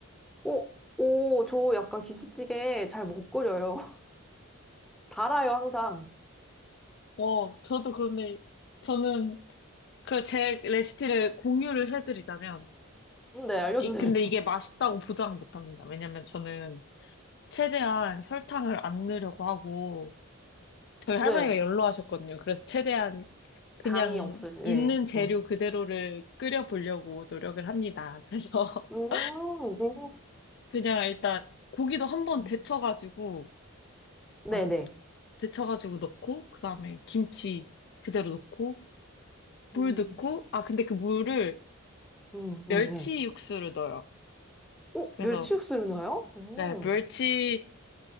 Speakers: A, in the centre; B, on the left (about 55°).
A: 오, 오, 저 약간 김치찌개 잘 못 끓여요. <laughs> 달아요, 항상.
B: 어, 저도 그런데, 저는 그 제 레시피를 공유를 해드리자면,
A: 네, 알려주세요.
B: 이, 근데 이게 맛있다고 보장은 못합니다. 왜냐면 저는 최대한 설탕을 안 넣으려고 하고, 저희 할머니가
A: 네.
B: 연로하셨거든요. 그래서 최대한 그냥
A: 당이 없으신,
B: 있는
A: 네.
B: 재료
A: 음.
B: 그대로를 끓여보려고 노력을 합니다. 그래서
A: 음,
B: <laughs>
A: 음.
B: 그냥 일단 고기도 한번
A: 음,
B: 데쳐가지고,
A: 네네.
B: 아, 데쳐가지고 넣고, 그 다음에 김치 그대로 넣고, 물
A: 음,
B: 넣고, 아, 근데 그 물을
A: 음,
B: 멸치
A: 음, 네.
B: 육수를 넣어요.
A: 어,
B: 그래서
A: 멸치육수를 넣어요? 음.
B: 네, 멸치랑